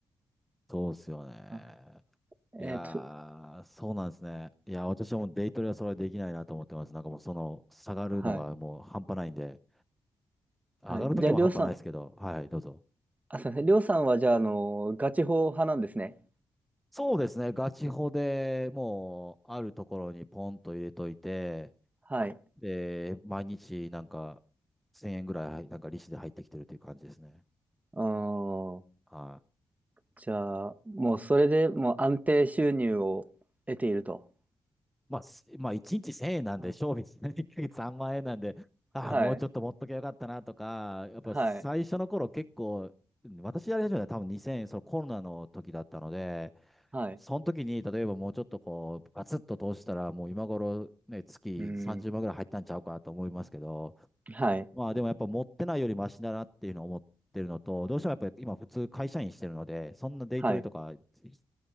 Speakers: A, in the centre; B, on the right.
A: そうですよね。
B: あえっと、
A: いやー、そうなんですね。いや、私はもうデイトレはそれはできないなと思ってます。なんかもうその、下がるのがもう半端ないんで、
B: はい。
A: 上がるときも半端ないですけど、
B: はい。じゃあ、りょうさん、
A: はい、どうぞ。
B: あ、すいません。りょうさんは、じゃあ、あの、ガチ法派なんですね。
A: そうですね、ガチホでもう、あるところにポンと入れといて、
B: はい。
A: で、毎日なんか、1000円ぐらい、なんか利子で入ってきてるという感じですね。
B: あー
A: はい
B: じゃあ、もう、それでもう安定収入を得ていると。
A: まあ、すまあ、1日1000円なんで、
B: あ
A: 賞味1ヶ月3万円なんで、ああ、
B: はい。
A: もうちょっと持っときゃよかったなとか、やっぱ最初の頃結構、
B: はい。
A: 私やり始めたのは多分2000円、そのコロナの時だったので、
B: はい。
A: その時に、例えばもうちょっとこう、ガツッと投資したら、もう今頃ね、月30万ぐらい入ったんちゃうかなと思いますけど、
B: うん。はい。
A: まあでもやっぱ持ってないよりマシだなっていうのを思ってるのと、どうしてもやっぱり今普通会社員してるので、そんなデイトレとかつ
B: はい。